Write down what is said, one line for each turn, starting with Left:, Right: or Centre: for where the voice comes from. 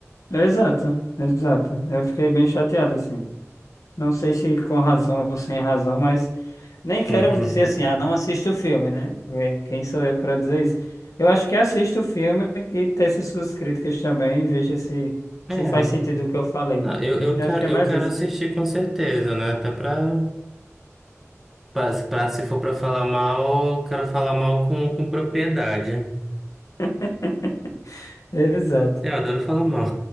Left: Exato, exato. Eu fiquei bem chateado, assim. Não sei se com razão ou sem razão, mas nem quero
Centre: Uhum.
Left: dizer assim, ah, não assiste o filme, né? Porque quem sou eu para dizer isso? Eu acho que assista o filme e teça suas críticas também, veja se,
Centre: É,
Left: se faz sentido o que eu falei.
Centre: não, eu, eu
Left: Eu
Centre: quero,
Left: acho que é mais
Centre: eu quero
Left: isso.
Centre: assistir com certeza, né? Até pra, pra, se pra- se for pra falar mal, eu quero falar mal com, com propriedade.
Left: <laughs> Exato.
Centre: Eu adoro falar mal.